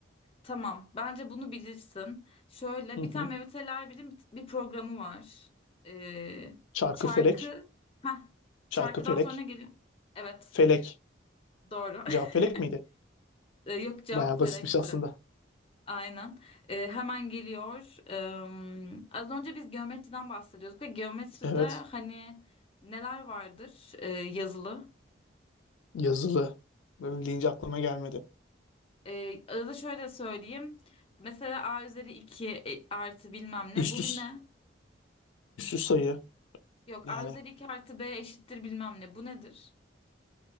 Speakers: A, on the left (about 30°); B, on the left (about 80°).
A: Tamam. Bence bunu bilirsin. Şöyle
B: Hı hı.
A: bir tane Mehmet Ali Erbil'in bir, bir programı var. Ee,
B: Çarkı
A: şarkı.
B: felek.
A: Heh.
B: Çarkı
A: Şarkıdan
B: felek.
A: sonra geliyor. Evet.
B: Felek.
A: Doğru. <laughs>
B: Cevap felek miydi?
A: Ee, yok cevap
B: Bayağı basitmiş
A: felekti.
B: aslında.
A: Aynen. Ee, hemen geliyor. Ee, az önce biz geometriden bahsediyorduk ve geometride
B: Evet.
A: hani neler vardır e, yazılı?
B: Yazılı. Böyle deyince aklıma gelmedi.
A: Ee, arada şöyle söyleyeyim. Mesela a üzeri 2 e, artı bilmem
B: Üst
A: ne. Bu
B: üst.
A: bir ne?
B: sayı.
A: Yok
B: Yani
A: a üzeri 2 artı b eşittir bilmem ne. Bu nedir?